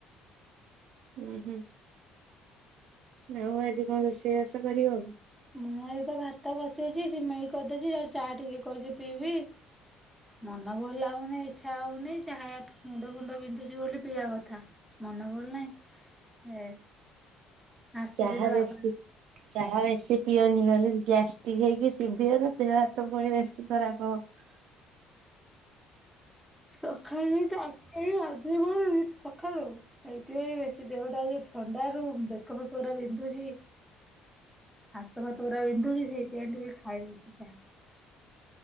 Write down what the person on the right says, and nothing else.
ହୁଁ ହୁଁ। ଆଉ ଆଜି କଣ ରୋଷେଇବାଷ କରିବ?
ଚାହା
ବେଶୀ
ଚାହା ବେଶୀ ପିଅନି ନହେଲେ ଗ୍ୟାଷ୍ଟ୍ରିକ ହେଇକି ଶଭିିଅର ଦେହ ହାତ ପୁଣି ବେଶୀ ଖରାପ ହବ।